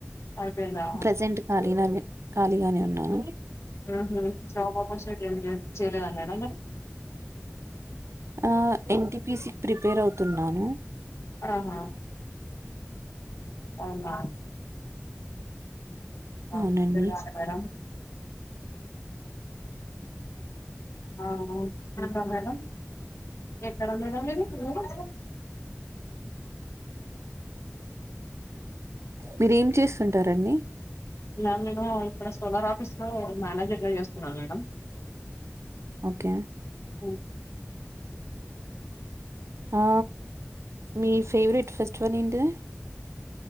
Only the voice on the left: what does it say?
అయిపోయిందా
హ్మ్ హు జాబ్ అపర్చునిటి ఏం లేదా చేయలేదన్న మేడం మరి
ఆహా అవునా ఆ!
తెలియాలి మేడం అ అవును <unintelligible> మేడం ఎక్కడ మేడం మీది <unintelligible>
మ్యామ్ నేను ఇక్కడ సోలార్ ఆఫీస్లో మేనేజర్గా చేస్తున్నాను మేడం
మ్మ్